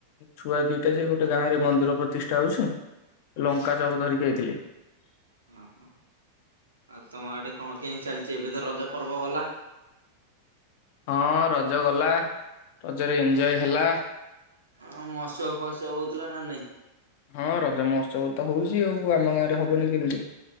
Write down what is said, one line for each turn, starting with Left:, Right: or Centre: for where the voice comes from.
Left: ଛୁଆ ଦିଟା ଯେ ଗୋଟେ ଗାଁ ରେ ମନ୍ଦିର ପ୍ରତିଷ୍ଠା ହଉଛି। ଲଙ୍କା ଚପ୍ ଧରିକି ଆଇଥିଲେ।
Right: ଓ ହଁ ଆଉ ତୋମ ଆଡେ କଣ କେମିତି ଚାଲିଚି? ଏବେ ତ ରଜ ପର୍ବ ଗଲା।
Left: ହଁ ରଜ ଗଲା। ରଜରେ ଏନଜୟ ହେଲା।
Right: ଅଁ, ମହୋତ୍ସବ ଫୋସବ ହଉଥିଲା ନା ନାଇଁ?
Left: ହଁ ରଜ ମହୋତ୍ସବ ତ ହଉଚି ଆଉ। ଆମ ଗାଁ ରେ ହବନି କେମିତି।